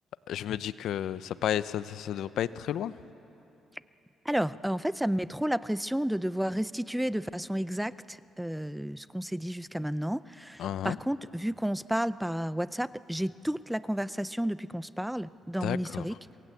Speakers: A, on the left; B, in the centre.
A: je me dis que ça, pas, ça, ça ça devrait pas être très loin.
B: <laughs> Alors, euh, en fait, ça me met trop la pression de devoir restituer de façon exacte euh, ce qu'on s'est dit jusqu'à maintenant.
A: Hein,
B: Par contre, vu qu'on se parle par WhatsApp, j'ai toute la conversation depuis qu'on se parle dans
A: D'accord.
B: mon historique,